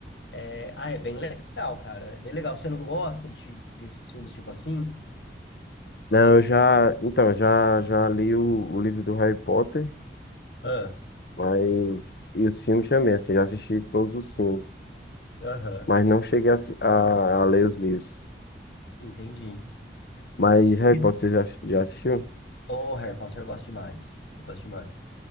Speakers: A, on the left; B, on the left.
A: É, ah, é bem legal, cara. É bem legal. Você não gosta de, desses filmes tipo assim?
B: Não, eu já, então, já, já li o, o livro do Harry Potter,
A: Ah,
B: mas, e os filmes também, assim, já assisti todos os filmes,
A: aham,
B: mas não cheguei a, assi- a, a ler os livros.
A: entendi.
B: Mas Harry
A: E-
B: Potter, você já, já assistiu?
A: Oh, Harry Potter, eu gosto demais. Eu gosto demais.